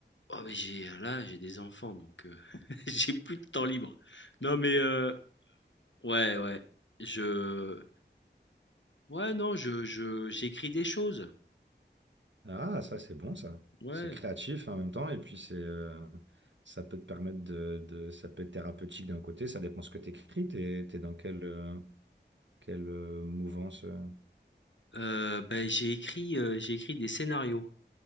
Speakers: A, on the left (about 80°); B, on the right (about 80°).
A: Oh, mais j'ai, là, j'ai des enfants donc heu, <laughs> j'ai plus de temps libre. Non mais heu Ouais, ouais. Je. Ouais, non, je, je, j'écris des choses.
B: Ah, ça, c'est bon, ça.
A: Ouais.
B: C'est créatif hein, en même temps, et puis c'est, euh, ça peut te permettre de, de- ça peut être thérapeutique d'un côté, ça dépend ce que t'écris, t'es, t'es dans quelle, euh, quelle euh, mouvance. euh.
A: Euh, ben, j'ai écrit, euh, j'ai écrit des scénarios